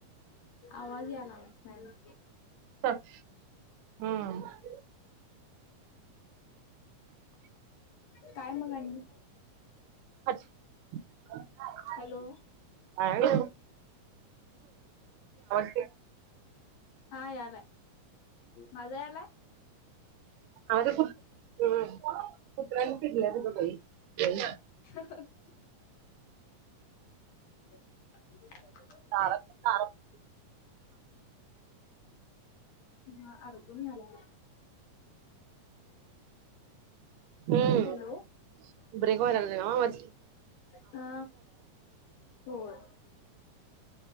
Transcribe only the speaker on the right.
चल हम्म
<unintelligible>
काही नाही <inaudible>
आवाज येतोय कुत्र्यांवर चिडल्या ग बाई <unintelligible>
तार तार <inaudible>
हम्म
ब्रेक व लागला आवाज माझ